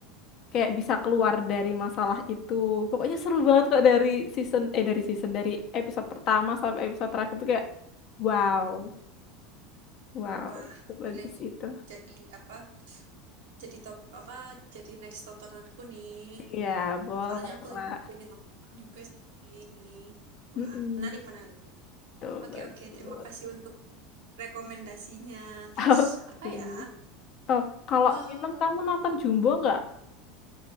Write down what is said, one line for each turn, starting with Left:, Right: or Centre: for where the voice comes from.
Left: kayak bisa keluar dari masalah itu. Pokoknya seru banget kok dari season eh dari season dari episode pertama sampai episode terakhir tuh kayak wow, wow,
Right: Wah,
Left: bagus
Right: boleh nih.
Left: itu.
Right: Jadi apa? Jadi top apa? Jadi next tontonanku nih.
Left: Iya, boleh
Right: Soalnya aku lagi
Left: lah.
Right: pengen nonton juga sih ini. Wah,
Left: Mm-mm,
Right: menarik menarik nih.
Left: tuh
Right: Oke
Left: bagus.
Right: oke, terima kasih untuk rekomendasinya. Terus
Left: <laughs> Oke.
Right: apa ya?
Left: Oh, kalau
Right: eh
Left: film kamu nonton Jumbo nggak?